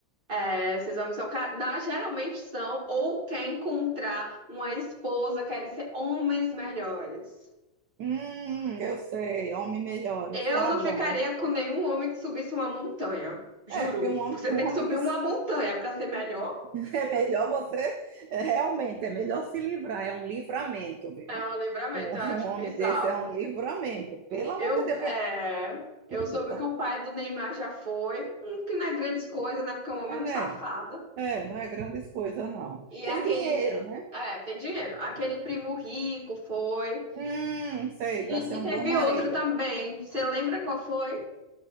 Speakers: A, on the right (about 25°); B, on the right (about 65°).
A: é, esses homens são, ca- na, geralmente são, ou quer encontrar uma esposa, querem ser homens melhores.
B: Hum, eu sei, homens melhores,
A: Eu
B: tá
A: não
B: bom.
A: ficaria com nenhum homem que subisse uma montanha, juro.
B: É, porque um homem,
A: Você
B: <laughs> um
A: tem que
B: homem
A: subir
B: que
A: uma montanha para ser melhor.
B: <laughs> É melhor você, é, realmente, é melhor se livrar, é um livramento, viu?
A: É um livramento,
B: Um, <laughs>
A: eu acho
B: um homem
A: bizarro.
B: desse é um livramento, pelo amor
A: Eu,
B: de Deus,
A: é,
B: que
A: eu
B: é,
A: soube
B: tá-
A: que o pai do Neymar já foi, hum, que não é grandes coisas, né? Porque o homem
B: é,
A: é um
B: né?
A: safado.
B: É, não é grandes coisas, não.
A: E
B: Tem
A: aquele,
B: dinheiro, né?
A: é, tem dinheiro. Aquele primo rico foi.
B: Hum, sei, para
A: E,
B: ser
A: e
B: um
A: teve
B: bom marido.
A: outro também. Você lembra qual foi?